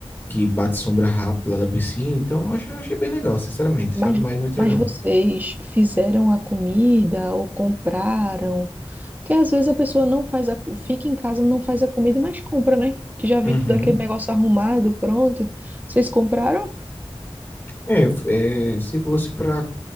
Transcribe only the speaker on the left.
que bate sombra rápido lá da piscina. Então, eu achei, eu achei bem legal, sinceramente,
sabe? Mas não entrei,
não.
Uhum.
É, f- é, se fosse para